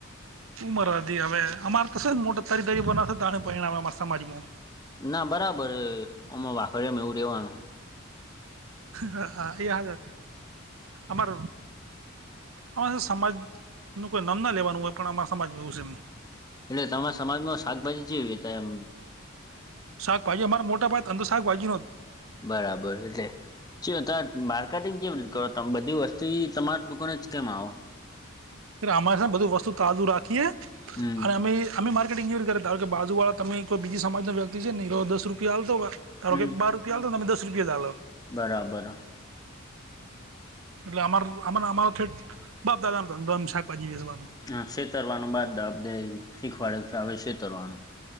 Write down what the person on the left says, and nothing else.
ના બરાબર હે અમાર વાખડિયામ એવું રહેવાનું.
એટલે તમારાં સમાજમાં શાકભાજી ચેવી વેચાય એમ.
બરાબર એટલે ચ ત્યાં માર્કેટિંગ કેવી રીતે કરો તમે બધી વસ્તી તમારા દુકાને જ કેમ આવ?
હમ્મ.
હમ
બરાબર હ.
હમ્મ, શેતરવાનો બાપ દા દેય શીખવાડે આવ રીત શેતરવાનું.